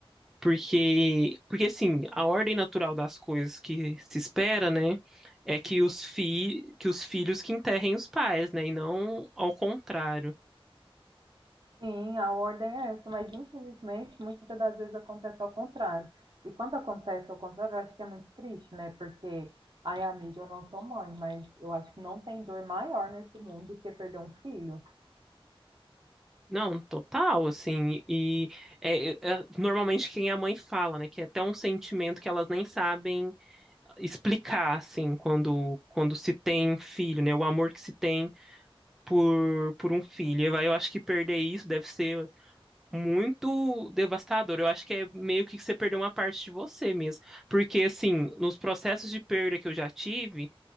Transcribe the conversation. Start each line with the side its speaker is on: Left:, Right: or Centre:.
Centre: Porque, porque assim, a ordem natural das coisas que se espera, né, é que os fi, que os filhos que enterrem os pais, né, e não ao contrário.
Right: Sim, a ordem é essa, mas infelizmente muitas das vezes acontece ao contrário. E quando acontece ao contrário, eu acho que é muito triste, né? Porque, ai, amiga, eu não sou mãe, mas eu acho que não tem dor maior nesse mundo do que perder um filho.
Centre: Não, total, assim, e é, é, normalmente quem é mãe fala, né, que é até um sentimento que elas nem sabem explicar, assim, quando, quando se tem um filho, né? O amor que se tem por, por um filho. Eu eu acho que perder isso deve ser muito devastador. Eu acho que é meio que você perdeu uma parte de você mesmo. Porque, assim, nos processos de perda que eu já tive,